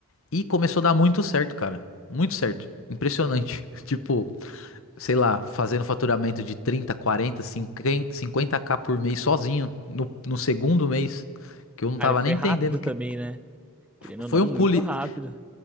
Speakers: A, on the left; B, in the centre.
A: E começou a dar muito certo, cara. Muito certo. Impressionante. <laughs> Tipo, sei lá, fazendo faturamento de 30, 40, 50 50k por mês sozinho no, no segundo mês que eu não
B: Cara,
A: tava
B: foi
A: nem
B: rápido
A: entendendo o que
B: também, né? Querendo
A: foi
B: ou não,
A: um
B: muito
A: pulo. E
B: rápido.